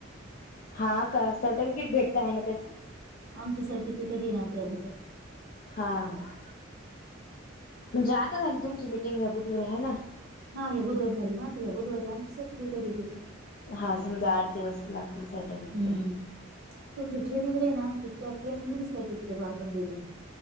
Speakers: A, on the left (about 45°); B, on the right (about 50°).
A: हा, काय? सर्टिफिकेट भेटता आहे ना त्याच.
B: आमच सर्टिफिकेट ये ना त्याबद्दल
A: हां. म्हणजे आता झाली तुमची मीटिंग या बुधवारी आहे ना.
B: हा या बुधवारी झाली ना, त या बुधवारी आमची सर्टिफिकेट येतील.
A: हा समजा आठ दिवस लागतील सर्टिफिकेट
B: हम्म,
A: यायला.
B: तुमची ट्रेनिंग रहिल ना आमची त्या ट्रेनिंगमधीच सर्टिफिकेट वाटून देेतीन.